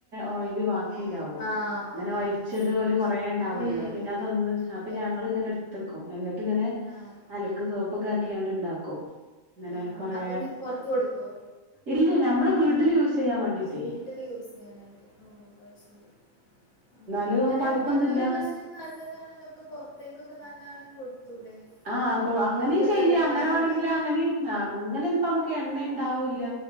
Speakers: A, on the right; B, on the left.
A: ഓയില് വാങ്ങി ഇണ്ടാകും
B: ആഹ്
A: ഇങ്ങനെ
B: അതാണ്
A: വയി വല്
B: ഉം
A: കുറേ ഇണ്ടാവല്ലോ
B: ഉം
A: പിന്നെ അതൊന്ന്
B: അതെ
A: അപ്പൊ ഞങ്ങള് ഇങ്ങനെ ഇ ട്ത്തക്കും എന്നിട്ട് ഇങ്ങനെ
B: ആഹ്
A: അല ക്ക് സോപ്പൊക്കെ ആക്കിയാണ്ട് ഇണ്ടാക്കും ഇങ്ങനെ
B: ആഹ്
A: കൊറേ
B: അപ്പൊ എന്നിട്ട് പൊറത്ത് കൊടുക്കുവോ
A: ഇല്ല നമ്മള് വീട്ടില് യൂ സയ്യാൻ വണ്ടീട്ട്
B: വീട്ടില് യൂസ് ചെയ്യാനായിട്ട് ഓഹ് അത് ശരി ആഹ്
A: ഹലോ
B: അങ്ങനെ
A: കൊയപ്പൊന്നുല്ല
B: നല്ലൊരു പക്ഷെ നല്ലതാണല്ലോ ഇപ്പൊ പുറത്തേക്കൊക്കെ നല്ലതാണങ്കി കൊടുത്തൂടെ
A: ആഹ് അങ്ങനി
B: നമുക്കൊരു
A: ചെയ്യാ
B: വരുമാനം
A: അങ്ങനെ വാണങ്കില് അങ്ങനെയ അങ്ങനന്ന് പ്പോ നമക്ക് എണ്ണ ഇണ്ടാവൂല്ല